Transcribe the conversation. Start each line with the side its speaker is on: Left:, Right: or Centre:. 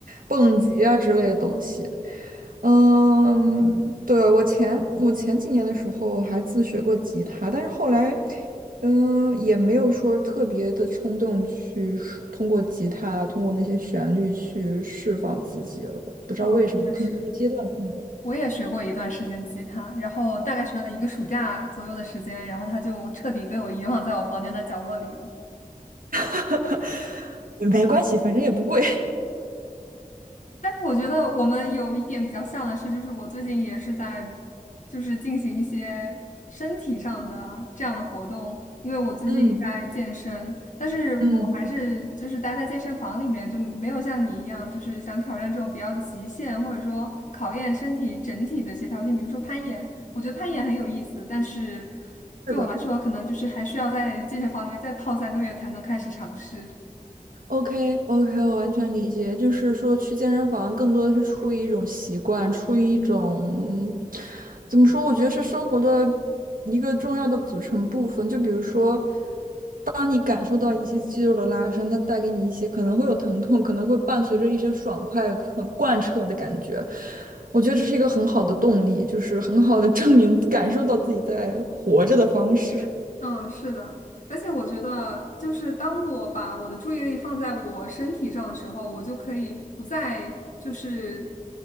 Right: 蹦极啊之类的东西。嗯，对，我前我前几年的时候还自学过吉他，但是后来，嗯，也没有说特别的冲动去释通过吉他，通过那些旋律去释放自己了。不知道为什么，
Left: 嗯，我也是。
Right: 可能是阶段性的。
Left: 我也学过一段时间吉他，然后大概学了一个暑假左右的时间，然后它就彻底被我遗忘在我房间的角落里了。
Right: <laughs> 没关系，反正也不贵。
Left: 但是我觉得我们有一点比较像的是，就是我最近也是在，就是进行一些身体上的这样的活动，因为我最近在健身，
Right: <laughs> 嗯
Left: 但是我还是就是待在健身房里面，
Right: 嗯，
Left: 就没有像你一样，就是想挑战这种比较极限，或者说考验身体整体的协调性，比如说攀岩，我觉得攀岩很有意思，但是对我来说，
Right: 是的
Left: 可能就是还需要在健身房里面再泡三个月才能开始尝试。
Right: ，OK OK，我完全理解。就是说，去健身房更多的是出于一种习惯，出于一种嗯怎么说？我觉得是生活的一个重要的组成部分。就比如说，当你感受到一些肌肉的拉伸，它带给你一些可能会有疼痛，可能会伴随着一些爽快、很贯彻的感觉。我觉得这是一个很好的动力，就是很好的 <laughs> 证明感受到自己在活着的方式。
Left: 嗯，是的，而且我觉得，就是当我把我的注意力放在我身体上的时候，我就可以不再就是，